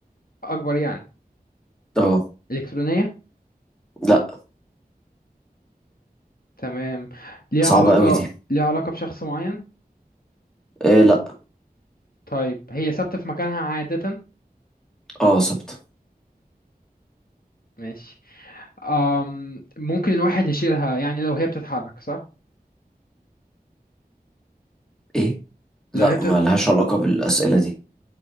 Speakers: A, on the left; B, in the centre.
A: اكبر يعني
B: اه
A: الكترونيه
B: لا
A: تمام ليها
B: صعبة
A: علاقه
B: قوي دي
A: ليها علاقه بشخص معين
B: إيه لا
A: طيب هي ثابته في مكانها عاده
B: اه صبت
A: ماشي أم... ممكن الواحد يشيلها يعني لو هي بتتحرك صح
B: ايه لا
A: لو هي بتتحرك
B: ما لهاش علاقة بالأسئلة دي